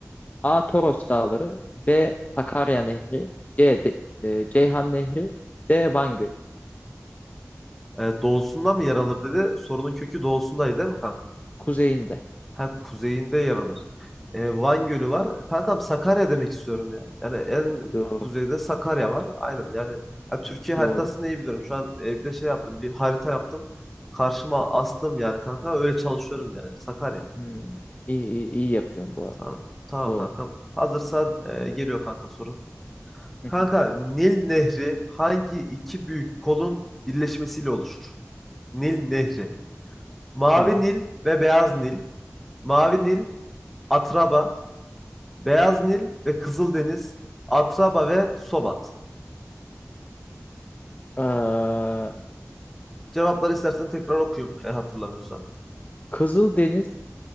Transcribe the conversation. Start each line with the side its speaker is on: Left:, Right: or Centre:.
Left: A. Toros Dağları, B. Sakarya Nehri, C. De- e, Ceyhan Nehri, D. Van Gölü.
Centre: Ee, doğusunda mı yer alır dedi. Sorunun kökü doğusundaydı değil mi kanka?
Left: Kuzeyinde.
Centre: Ha kuzeyinde yer alır. E, Van Gölü var. Kankam Sakarya demek istiyorum ya. Yani en
Left: Doğru,
Centre: kuzeyde Sakarya var. Aynen yani ya Türkiye
Left: doğru.
Centre: haritasını iyi biliyorum. Şu an e, bir de şey yaptım. Bir harita yaptım. Karşıma
Left: Hı
Centre: astım
Left: hı.
Centre: yani kanka. Öyle çalışıyorum yani. Sakarya.
Left: Hmm. İyi, iyi, iyi yapıyorum bu arada.
Centre: Tamam. Tamam
Left: Doğru.
Centre: kankam. Hazırsan e, geliyor kanka soru.
Left: Hı
Centre: Kanka
Left: hı.
Centre: Nil Nehri hangi iki büyük kolun birleşmesiyle oluşur? Nil Nehri. Mavi
Left: Tamam.
Centre: Nil ve Beyaz Nil. Mavi Nil Atraba, Beyaz Nil ve Kızıldeniz, Atraba ve Sobat.
Left: Ee,
Centre: Cevapları istersen tekrar okuyayım e, hatırlamıyorsan.
Left: Kızıldeniz